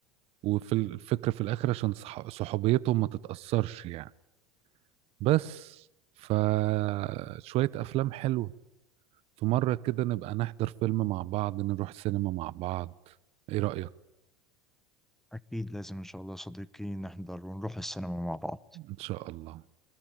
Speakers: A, on the right; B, in the centre.
A: وفي الفكرة في الاخر عشان صح- صحوبيتهم ما تتأثرش يعني بس فشوية افلام حلوة في مرة كده نبقى نحضر فيلم مع بعض نروح سينما مع بعض ايه رأيك
B: أكيد لازم إن شاء الله يا صديقي نحضر ونروح السينما مع بعض
A: ان شاء الله